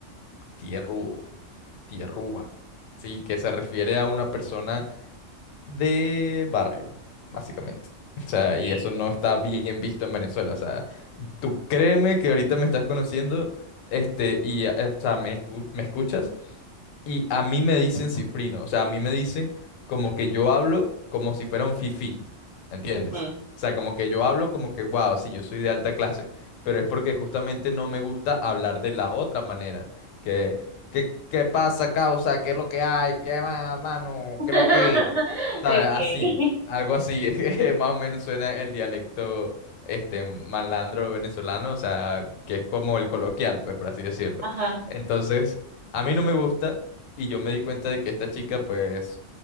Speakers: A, on the left; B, on the right.
A: tierrúo, tierrúa, sí, que se refiere a una persona de barrio, básicamente. <laughs> O sea, y
B: Sí.
A: eso no está bien visto en Venezuela, o sea, tú créeme que ahorita me estás conociendo, este, y, eh, o sea, me escu- me escuchas. Y a mí me dicen cifrino, o sea, a mí me dicen como que yo hablo como si fuera un fifí, ¿entiendes?
B: Ujú.
A: O sea, como que yo hablo como que, wow, sí, yo soy de alta clase, pero es porque justamente no me gusta hablar de la otra manera, que, que, ¿qué pasa, causa? ¿Qué es lo que hay? ¿Qué más, mano?
B: <laughs>
A: ¿Qué es lo que... ¿Sabes?
B: Okay.
A: Así,
B: <laughs>
A: algo así, <laughs> más o menos suena el dialecto, este, malandro venezolano, o sea, que es como el coloquial, pues, por así decirlo.
B: Ajá.
A: Entonces... A mí no me gusta, y yo me di cuenta de que esta chica, pues,